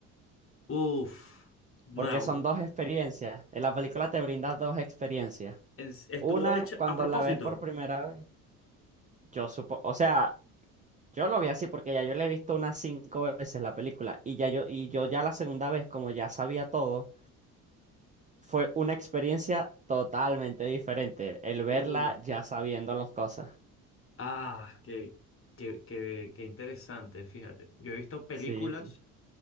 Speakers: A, on the left (about 30°); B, on the right (about 20°).
A: Uf, no.
B: porque son dos experiencias. En la película te brinda dos experiencias.
A: Es- Estuvo
B: Una,
A: hecho
B: cuando
A: a propósito.
B: la ves por primera vez, yo supo, o sea, yo lo vi así porque ya yo la he visto unas cinco veces la película y ya yo, y yo ya la segunda vez, como ya sabía todo. Fue una experiencia totalmente diferente el verla
A: Uf,
B: ya sabiendo las cosas.
A: ah, qué, qué, qué, qué interesante, fíjate. Yo he visto películas.
B: Sí, sí.